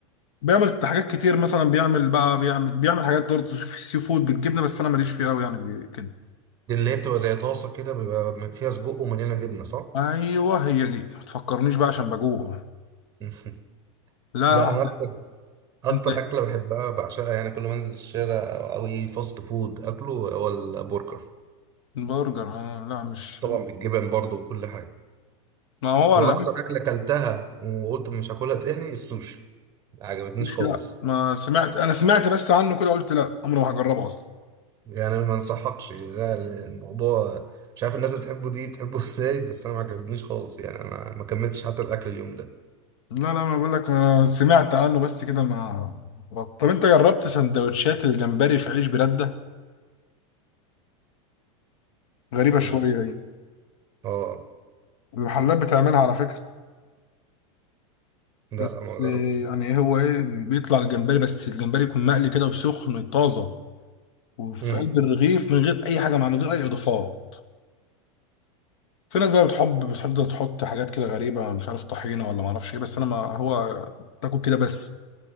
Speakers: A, on the left; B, on the right.
A: بيعمل حاجات كتير مثلا بيعمل بقى بيعمل بيعمل حاجات برضه في السي فود بالجبنه بس انا ماليش فيها قوي يعني بي- كده
B: دي اللي هي بتبقى زي طاسة كده بيبقى فيها سجق ومليانة جبنة صح؟
A: ايوه هي دي ما تفكرنيش بقى عشان بجوع
B: <laughs>
A: لا
B: لا انا اكتر اكتر
A: انت
B: اكله بحبها بعشقها يعني كل ما انزل الشارع او أو اي فاست فود اكله هو البرجر
A: برجر آه، لا مش
B: طبعا بالجبن برضو وكل حاجة
A: ما هو
B: واكتر
A: لا
B: اكلة اكلتها وقلت مش هاكلها تاني السوشي ما عجبتنيش
A: مش
B: خالص
A: لا ما سمعت انا سمعت بس عنه كده قلت لا عمري ما هجربه اصلا
B: يعني ما انصحكش لا الموضوع مش عارف الناس بتحبه دي بتحبه <laughs> ازاي بس انا ما عجبنيش خالص يعني انا ما كملتش حتى الاكل اليوم ده
A: لا لا ما بقول لك ما سمعت عنه بس كده ما طب انت جربت سندوتشات الجمبري في عيش بلاد ده غريبه
B: سندوتش
A: شويه دي
B: اه
A: المحلات بتعملها على فكره
B: لا
A: بس
B: ما جربتوش
A: آه، يعني هو ايه بيطلع الجمبري بس الجمبري يكون مقلي كده وسخن طازه وفي
B: امم
A: قلب الرغيف من غير اي حاجه مع من غير اي اضافات في ناس بقى بتحب بتفضل تحط حاجات كده غريبه مش عارف طحينه ولا ما اعرفش ايه بس انا ما هو تاكل كده بس